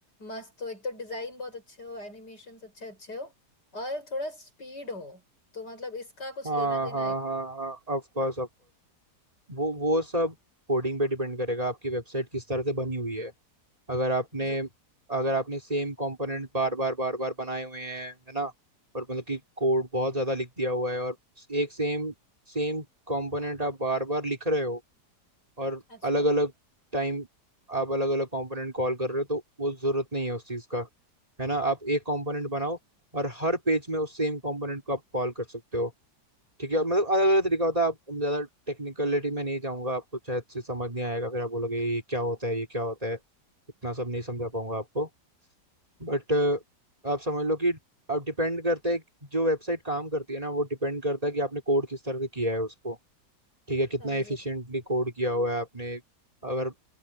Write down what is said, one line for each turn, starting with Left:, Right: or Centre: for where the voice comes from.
Left: मस्त हो एक तो डिजाइन बहुत अच्छे हो एनिमेशन अच्छे अच्छे हो और थोड़ा स्पीड हो तो मतलब इसका कुछ
Right: हाँ
Left: लेना देना
Right: हाँ
Left: है
Right: हाँ हाँ ऑफ कोर्स वो वो सब कोडिंग पे डिपेंड करेगा आपकी वेबसाइट किस तरह से बनी हुई है अगर आपने
Left: जी
Right: अगर आपने सेम कंपोनेंट बार बार बार बार बनाए हुए हैं है ना और मतलब कि कोड बहुत ज़्यादा लिख दिया हुआ है और एक सेम सेम कंपोनेंट आप बार बार लिख रहे हो और
Left: अच्छा
Right: अलग अलग टाइम आप अलग अलग कंपोनेंट कॉल कर रहे हो तो वो ज़रूरत नहीं है उस चीज़ का है ना आप एक कंपोनेंट बनाओ और हर पेज में उस सेम कंपोनेंट को आप कॉल कर सकते हो ठीक है मतलब अलग अलग तरीका होता है आप हम ज्यादा टेक्निकलिटी में नहीं जाऊंगा आपको शायद से समझ नहीं आएगा फिर आप बोलोगे ये क्या होता है ये क्या होता है इतना सब नहीं समझा पाऊंगा आपको बट आप समझ लो कि अब डिपेंड करता है कि जो वेबसाइट काम करती है ना वो डिपेंड करता है कि आपने कोड किस तरह से किया है उसको ठीक है कितना
Left: समझी
Right: एफिशिएंटली कोड किया हुआ है आपने अगर